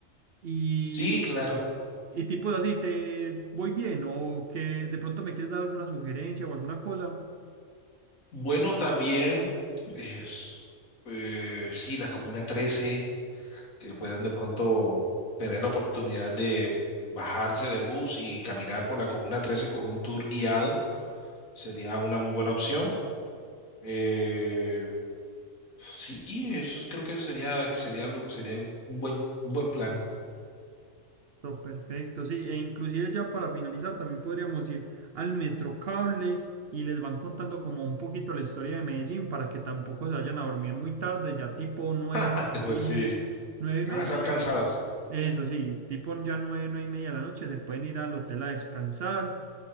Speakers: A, on the right; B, on the left.
A: Y
B: Sí, claro.
A: y tipo así, ¿te voy bien? ¿O que de pronto me quieres dar alguna sugerencia o alguna cosa?
B: Bueno, también, es, eh, sí, la Comuna 13, que puedan de pronto tener la oportunidad de bajarse del bus y caminar por la Comuna 13 con un tour guiado Sería una muy buena opción. Eh, sí, eso creo que sería, que sería, lo- sería un buen, un buen plan.
A: Pero perfecto, sí. E inclusive ya para finalizar también podríamos ir al Metrocable y les van contando como un poquito la historia de Medellín para que tampoco se vayan a dormir muy tarde, ya tipo nueve,
B: <laughs>
A: nueve
B: Pues
A: y
B: sí,
A: media, nueve,
B: van
A: nueve
B: a
A: y
B: estar
A: media
B: cansados.
A: de la noche. Eso sí, tipo ya nueve, nueve y media de la noche se pueden ir al hotel a descansar.